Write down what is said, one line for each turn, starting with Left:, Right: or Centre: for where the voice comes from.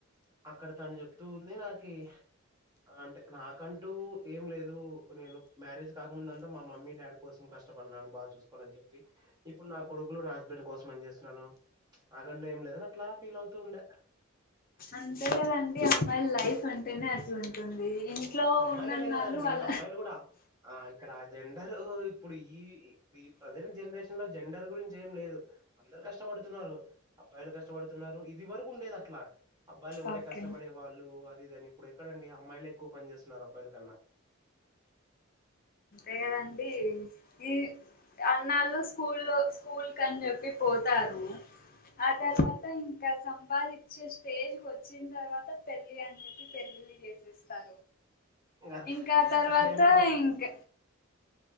Right: అక్కడ తను చెప్తూ ఉంది నాకి అంటే నాకంటూ ఏం లేదు నేను మ్యారేజ్ కాకముందంతా మా మమ్మీ డాడ కోసం కష్టపడినాను బాగా చూసుకోవాలని చెప్పి ఇప్పుడు నా కొడుకులు నా హస్బెండ్ కోసం అని చేస్తున్నాను ఆటంటు ఏం లేదు అట్లా ఫీల్ అవుతూ ఉండే
Left: అంతే కదండి అమ్మాయిల లైఫ్ అంటేనే అట్ల ఉంటుంది ఇంట్లో
Right: అమ్మాయిలనే
Left: ఉన్ననళు
Right: కాదండి
Left: వాళ్ళ
Right: అబ్బాయిలు కూడా ఆ ఇక్కడ అ జెండాలు ఇప్పుడు ఈ ఇప్పుడు ఈ ప్రజెంట్ జనరేషన్ లో జెండర్ గురించి ఏం లేదు అందరు కష్టపడుతున్నారు అబ్బాయిలు కష్టపడుతున్నారు ఇది వరకు ఉండేది అట్లా అబ్బాయిలు ఒకటే
Left: ఓకే
Right: కష్టపడే వాళ్ళు అది ఇది అని ఇప్పుడు ఎక్కడడండి అమ్మాయిలే ఎక్కువ పని చేస్తున్నారు అబ్బాయిల కన్నా
Left: ఆ అంతే ఏదండి ఈ అన్నాళ్లు స్కూల్ లో స్కూల్ కని చెప్పి పోతారు ఆ తర్వాత
Right: అవును
Left: ఇం ఇక సంపాద ఇచ్చే స్టేజ్ కు వచ్చిన తర్వాత పెళ్ళి అని చెప్పి పెళ్ళిలు చేసె
Right: అత-
Left: ఇంకా తర్వాత
Right: ఏమంటారు
Left: ఇంక్